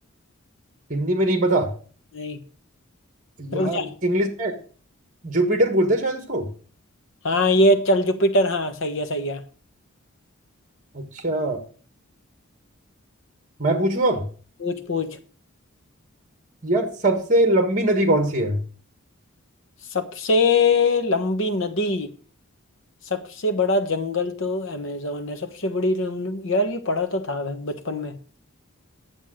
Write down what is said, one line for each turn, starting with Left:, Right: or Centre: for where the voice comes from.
Right: हिंदी में नहीं पता
Left: नहीं
Right: यार
Left: रुक जा
Right: इंग्लिश में जुपिटर बोलते हैं शायद उसको
Left: हाँ ये चल जुपिटर हाँ सही है सही है
Right: अच्छा मैं पूछूं अब
Left: पूछ पूछ
Right: यार सबसे लंबी नदी कौन सी है
Left: सबसे लंबी नदी सबसे बड़ा जंगल तो अमेजोन है सबसे बड़ी रम- यार ये पढ़ा तो था मैं बचपन में